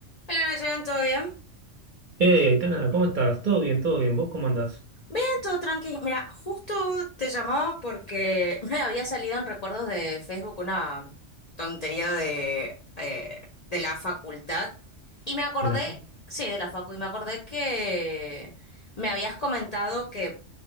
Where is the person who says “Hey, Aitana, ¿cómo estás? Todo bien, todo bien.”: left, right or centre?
Right